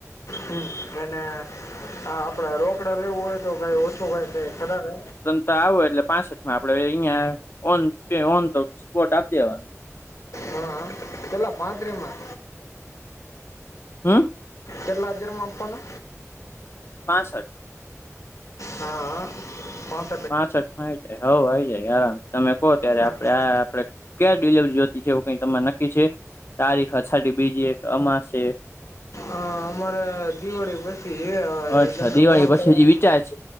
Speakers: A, on the left; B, on the left.
A: હમ્મ અને આપડા રોકડા લેવું હોય. તો ભાઈ ઓછો કંઈ કંઈ કરે ને.
B: તો આવો એટલે પાસઠ માં આપડે અહંયા ઓન પે ઓન તો સ્પોટ આપ દેવા.
A: હા કેટલા પાત્રીમાં.
B: હા,
A: કેટલા હજારમાં આપવાનો,
B: પાસઠ,
A: હા હા પા
B: પાસઠમાં હાય, હવ આઈ જાય આરામ તમે કહો ત્યારે
A: હ
B: આપડે આ આપ કે ડિલિવરી જોતી છે એવું કઈ તમને નક્કી છે તારીખ અષાડી બીજી, એક અમાસે
A: અ અમારે દિવાળી પછી એ હવે
B: અચ્છા
A: તમને
B: દિવાળી
A: ફોન
B: પછી
A: કરવા.
B: જે વિચાર છે